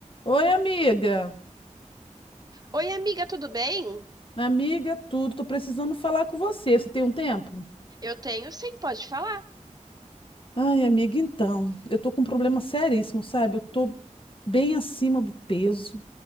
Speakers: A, on the left; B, on the right.
A: Oi, amiga.
B: Oi, amiga, tudo bem?
A: Amiga, tudo. Tô precisando falar com você. Você tem um tempo?
B: Eu tenho sim, pode falar.
A: Ai, amiga, então. Eu tô com um problema seríssimo, sabe? Eu tô bem acima do peso.